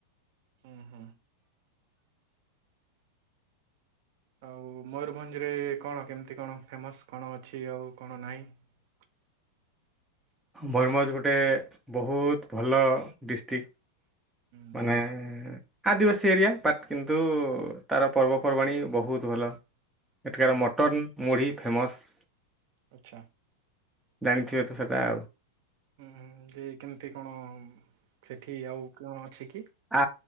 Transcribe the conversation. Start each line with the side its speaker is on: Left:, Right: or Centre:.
Right: ହୁଁ ହୁଁ। ଆଉ ମୟୂରଭଞ୍ଜ ରେ କଣ କେମିତି କଣ ଫେମସ କଣ ଅଛି ଆଉ କଣ ନାହିଁ? <unintelligible>
Centre: ମୟୂରଭଞ୍ଜ ଗୋଟେ ବହୁତ ଭଲ ଡିଷ୍ଟ୍ରିକ୍ଟ।
Right: ହୁଁ
Centre: ମାନେ-ଏ-ଏ ଆଦିବାସୀ ଏରିଆ ପାଟ୍ କିନ୍ତୁ ତାର ପର୍ବପର୍ବାଣି ବୋହୁତ ଭଲ। ଏଠିକାର
Right: ହୁଁ
Centre: ମଟନ ମୁଢ଼ି ଫେମସ୍।
Right: ଆଚ୍ଛା।
Centre: ଜାଣିଥିବେ ତ ସେଟା ଆଉ।
Right: ହୁଁ ହୁଁ ଯେ କେମିତି କଣ ସେଠି ଆଉ କିଅଣ ଅଛି କି।
Centre: ଆ